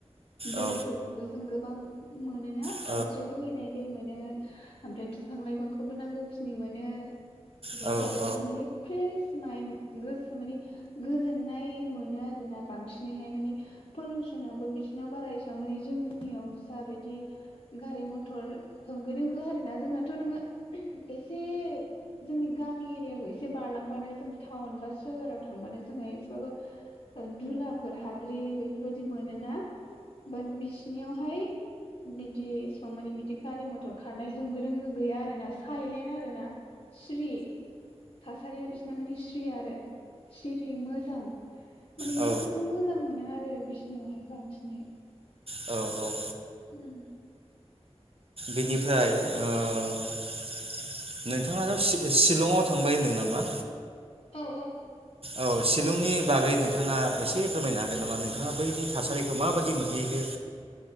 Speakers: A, on the left; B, on the right.
A: दैफोरखौबो
B: औ
A: जों गोबां मोनोना
B: साइलेन्ट औ
A: स्राय स्राय बोहैनाय दै मोनो ओमफ्राय बिफां लाइफांखौबो नांगौखिनि मोनो। <inaudible> बेबायदि
B: औ
A: आरो ओमफ्राय माने फ्रेस माइन गोसो माने गोजोननाय मोनो आरो ना बांसिनैहाय माने पलुसनबो बिसोरनाव बारा एसेबां माने जोंनियाव जा बायदि गारि मथर होंगो दोंगो आरो ना जोंनाथ' नोङो एसे जोंनि गामि एरियाखौ एसे बारलांबानो जों थाउन बा सोहोराव थांबानो जोङो एसेबाबो धुलाफोर हाद्रि बेफोरबायदि मोनोना बाट बिसिनियावहाय बिदि एसेबां मानि बिदि गारि मथर खारनाय होंगो दोंगो गैया आरो ना साइलेन्ट आरो ना। सिरि थासारिया बिसिना माने सिरि आरो सिरि मोजां माने
B: औ
A: गोसोखौ मोजां मोनो। आरो बिसिनियावहाय बांसिनै
B: औ औ
A: उम
B: बेनिफ्राय औ नोंथाङाथ' सि शिलंआव थांबाय होनदों नामा?
A: औ औ
B: औ शिलंनि बागै नोंथाङा एसे फोरमायनो हा नामा नोंथाङा बैनि थासारिखौ माबायदि मोनहैखो